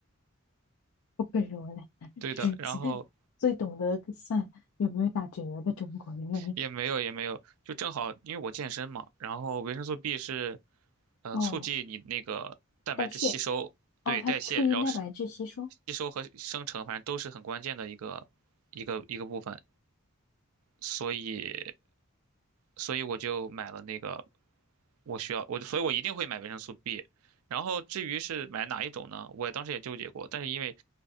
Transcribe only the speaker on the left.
<laughs> 不愧是我俩，<laughs>
就是最最懂得算有没有打折的中国人。
哦，代谢
哦，它促进蛋白质吸收。